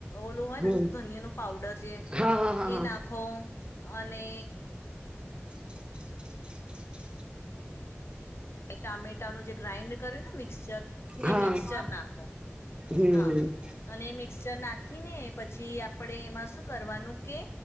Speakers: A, on the left; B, on the right.
A: ઓલું હોય
B: હમ
A: ને ધનિયાનો પાવડર જે
B: હા હા હા
A: એ નાંખો અને
B: <inaudible>
A: એ ટામેટાનું જે ગ્રાાઈન્ડ કર્યું ને મિક્સચર. એ
B: હા
A: મિક્ચર
B: હા
A: નાખો,
B: હમ
A: હા અને એ મિક્ચર નાખીને પછી આપ પડે એમાં શું કરવાનું કે